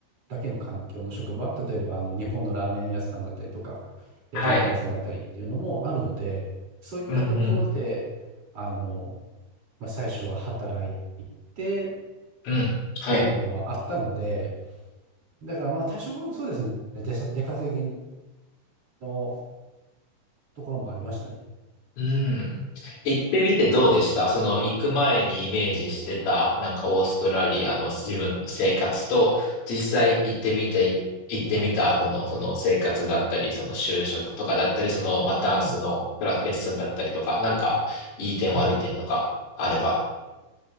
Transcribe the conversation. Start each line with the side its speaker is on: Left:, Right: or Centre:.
Right: だけの環境の職場、例えばあの日本のラーメン屋さんだったりとか、焼肉屋さんだったりっていうのもあるので、
Left: はい。
Right: そういったところで、
Left: うんうん。
Right: あの、まあ、最初は働いてっ
Left: うん。はい。
Right: ていうのはあったので、だからまあ多少そうですね、出さ、出稼ぎのところもありましたね。
Left: うん。行ってみてどうでしたその行く前にイメージしてた、なんかオーストラリアの自分の生活と、実際行ってみて、行ってみた後のその生活だったり、
Right: はい。
Left: その就職とかだったり、その、
Right: ああ、
Left: まあ、ダンスのクラス、レッスンだったりとか、なんか、いい点悪い点とかあれば
Right: はい。